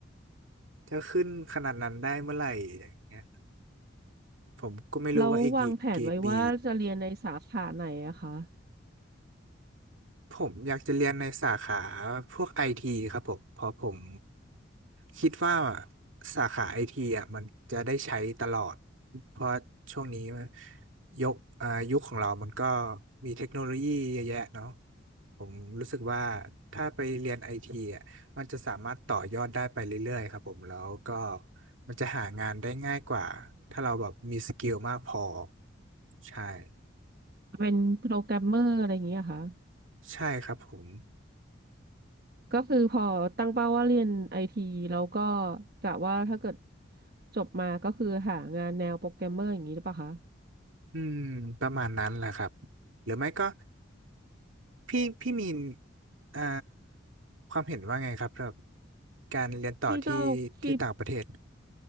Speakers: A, on the right; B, on the right.
A: จะขึ้นขนาดนั้นได้เมื่อไหร่อย่างเงี้ยผมก็ไม่รู้ว่าอีกกี่กี่ปี
B: เราววางแผนไว้ว่าจะเรียนในสาขาไหนอะคะ
A: ผมอยากจะเรียนในสาขาพวกไอทีครับผมเพราะผมคิดว่าสาขาไอทีอ่ะมันจะได้ใช้ตลอดเพราะช่วงนี้ยกอ่ายุคของเรามันก็มีเทคโนโลยีเยอะแยะเนาะผมรู้สึกว่าถ้าไปเรียนไอทีอ่ะมันจะสามารถต่อยอดได้ไปเรื่อยๆครับผมแล้วก็มันจะหางานได้ง่ายกว่าถ้าเราแบบมีสกิลมากพอใช่
B: เป็นโปรแกรมเมอร์อะไรอย่างเงี้ยค่ะ
A: ใช่ครับผม
B: ก็คือพอตั้งเป้าว่าเรียนไอทีแล้วก็กะว่าถ้าเกิดจบมาก็คือหางานแนวโปรแกรมเมอร์อย่างนี้หรือเปล่าคะ
A: อืมประมาณนั้นแหละครับหรือไม่ก็พี่พี่มีนเอ่อความเห็นว่าไงครับสำหรับการเรียนต่อที่ที่ต่างประเทศ
B: พี่ก็พี่